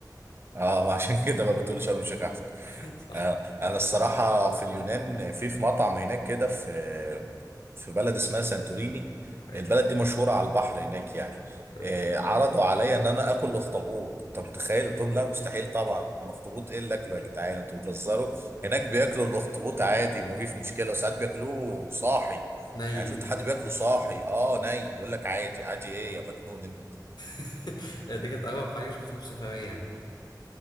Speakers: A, on the right (about 35°); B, on the left (about 75°).
A: اه <laughs> عشان كده بقى بتقول شرم الشيخ احسن
B: <laughs> صح
A: آه، انا الصراحه في اليونان في في مطعم هناك كده في في بلد اسمها سانتوريني
B: حلو
A: البلد دي مشهوره على البحر هناك يعني
B: حلو
A: آه، عرضوا عليا ان انا اكل اخطبوط انت متخيل قلت لهم لا مستحيل طبعا اخطبوط ايه اللي اكله يا جدعان انتوا بتهزروا هناك بياكلوا الاخطبوط عادي ما فيش مشكله وساعات بياكلوه صاحي
B: ني
A: يعني شفت حد بياكله صاحي اه ني يقول لك عادي عادي ايه يا مجنون انت
B: <laughs> دي كانت أغرب حاجة شفتها في سفرية يعني